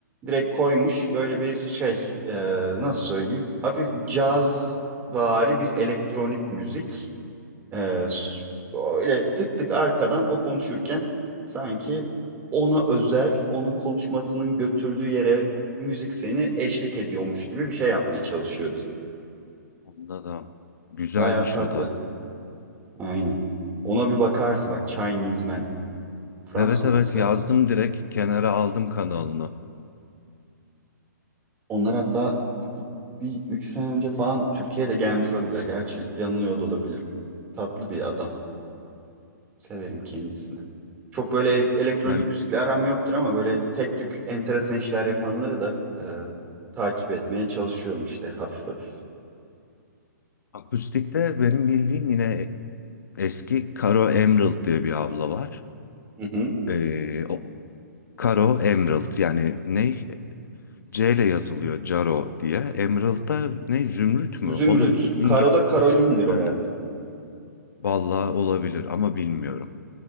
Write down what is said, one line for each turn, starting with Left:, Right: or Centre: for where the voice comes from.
Right: direkt koymuş böyle bir şey e, nasıl söyleyeyim? Hafif cazvari bir elektronik müzik. E, s- öyle tık tık arkadan o konuşurken sanki ona özel, onun konuşmasının götürdüğü yere müzik seni eşlik ediyormuş gibi bir şey yapmaya çalışıyordu.
Left: anladım. Güzelmiş
Right: Bayağı tatlı.
Left: o da.
Right: Aynen. Ona bir bakarsın. Bak Chinese Man. Fransız
Left: Evet
Right: olması
Left: evet yazdım
Right: lazım.
Left: direkt kenara aldım kanalını.
Right: Onlar hatta bir üç sene önce falan Türkiye'de gelmiş olabilirler. Gerçi yanılıyor da olabilirim. Tatlı bir adam. Severim kendisini. Çok böyle ele- elektronik
Left: Yani
Right: müzikle aram yoktur ama böyle tek tük enteresan işler yapanları da e, takip etmeye çalışıyorum işte hafif hafif.
Left: akustikte benim bildiğim yine eski Karo Emerald diye bir abla var.
Right: Hı hı.
Left: Ee, o Karo Emerald yani ne C ile yazılıyor Caro diye. Emerald da ne Zümrüt mü?
Right: Zümrüt.
Left: Onun İngilizcesi.
Right: Karo da Karolin'dir
Left: Aynen.
Right: herhalde.
Left: Vallahi olabilir ama bilmiyorum.